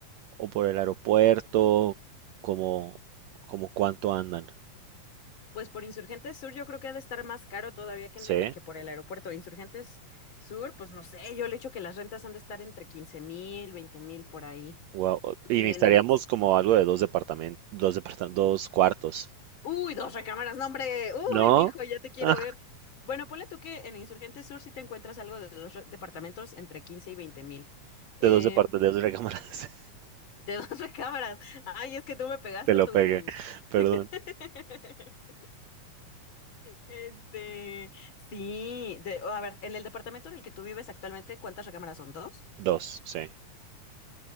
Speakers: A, on the right; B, on the left.
A: o por el aeropuerto, como, como cuánto andan.
B: pues por Insurgentes Sur yo creo que ha de estar más caro todavía que,
A: Sí,
B: en el, que por el aeropuerto. Insurgentes Sur, pues no sé, yo le echo que las rentas han de estar entre quince mil, veinte mil por ahí.
A: wow.
B: Y
A: Y necesitaríamos
B: en el...
A: como algo de dos departamentos, dos departa- dos cuartos.
B: Uy, dos recámaras, no, hombre. Uy,
A: ¿No?
B: viejo, ya te quiero
A: Ah,
B: ver. Bueno, ponle tú que en Insurgente Sur sí te encuentras algo de dos re- departamentos entre 15 y 20 mil. Em,
A: de dos departamentos, de dos recámaras.
B: de dos <laughs> recámaras. Ay, es que tú me
A: <laughs>
B: pegaste
A: Te lo
B: tu...
A: pegué. Perdón.
B: <laughs> Este, sí, de, a ver, en el departamento en el que tú vives actualmente, ¿cuántas recámaras son? ¿Dos?
A: Dos, sí,